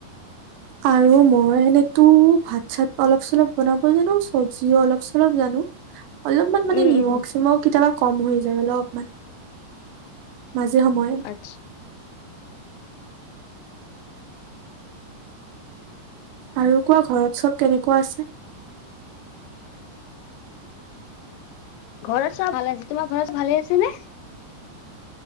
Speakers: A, on the right; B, on the left.
A: আৰু মই এনেতো ভাত চাত অলপ চলপ বনাব জানো চবজিও অলপ চলপ জানো। অলপমান মানে
B: উম
A: নিমখ
B: উম
A: মই কেতিয়াবা কম হৈ যায় অলপমান। মাজে সময়ে
B: আচ্ছা
A: আৰু কোৱা ঘৰত সব কেনেকুৱা আছে।
B: ঘৰত চব ভালে আছে তোমাৰ ঘৰ চ ভালে আছে নে?